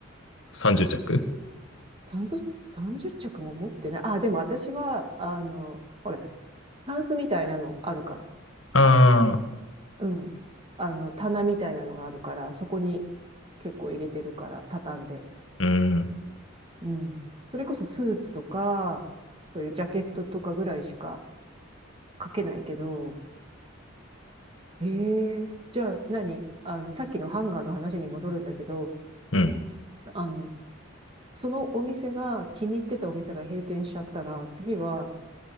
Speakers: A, on the left; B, on the right.
A: 30着
B: 30、30着も持ってない。あ、でも私は、あの、ほら、タンスみたいなのあるから。
A: ああ
B: うん。あの、棚みたいなのがあるから、そこに結構入れてるから、畳んで。
A: ー、うん、
B: うん。それこそスーツとか、そういうジャケットとかぐらいしか書けないけど、ええじゃあ何あの、さっきのハンガーの話に戻るんだけど、
A: うん。
B: あの、そのお店が気に入ってたお店が閉店しちゃったら、次は